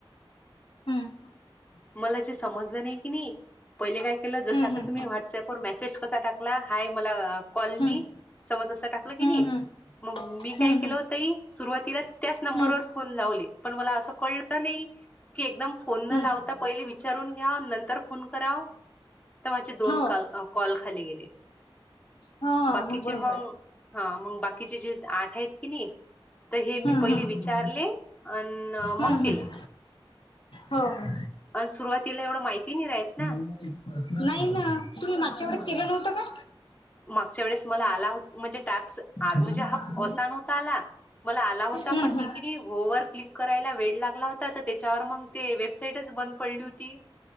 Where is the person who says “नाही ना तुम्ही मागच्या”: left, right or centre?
Left